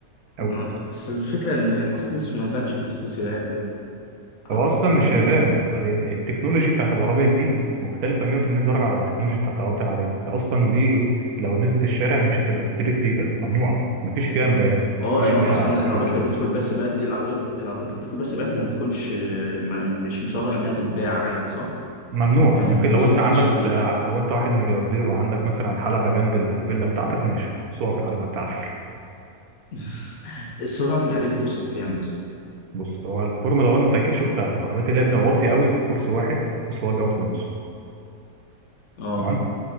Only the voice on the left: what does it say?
آه، بس الفكره ان مرسيدس ما يبانش انها بتدخل سباقات يعني أو
ما
بتعملش
اه
يعني
هو اصلا
العربيات
اللي بتدخل بيها سباقات دي العربيات العربيات اللي بتدخل بيها سباقات ما بتكونش ما مش مصرح انها تتباع عادي صح
يعني
مش
ينفع
تشتريه
<laughs> سرعة الحاجات دي توصل كام مثلا؟
اه